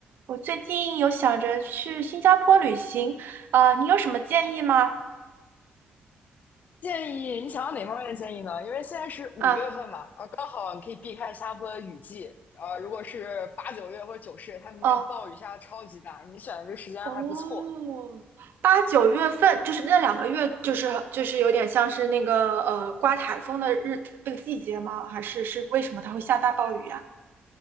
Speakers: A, on the right; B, on the left.
A: 我最近有想着去新加坡旅行，啊，你有什么建议吗？
B: 建议你想要哪方面的建议呢？因为现在是五月份嘛，
A: 啊，
B: 啊，刚好你可以避开新加坡的雨季。呃，如果是八九月或者九十月，它明边暴雨下的超级大，
A: 哦，
B: 你选的这个时间还不错。
A: 哦，八九月份就是那两个月，就是就是有点像是那个呃刮台风的日那个季节吗？还是是为什么它会下大暴雨呀？